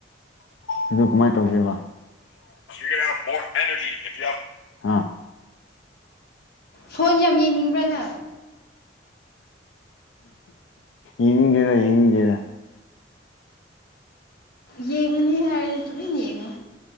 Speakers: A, on the left; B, on the left.
A: ꯑꯗꯨ ꯀꯃꯥꯏꯅ ꯇꯧꯁꯦꯕ ꯌ ꯀ ꯐ ꯑꯦꯔ
B: ꯐꯣꯟ ꯌꯥꯝ ꯌꯦꯡꯅꯤꯡꯕ꯭ꯔꯥꯅ
A: ꯏꯦꯗ ꯌꯦꯉꯦꯗ
B: ꯌꯦꯡꯉꯅꯤ ꯍꯥꯏ ꯇꯨ ꯌꯦꯡꯉ